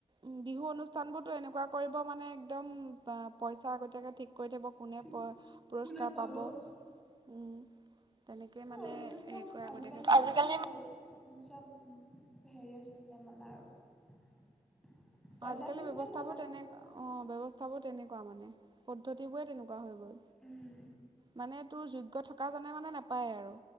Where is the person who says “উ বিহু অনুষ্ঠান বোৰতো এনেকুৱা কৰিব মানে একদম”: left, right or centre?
Right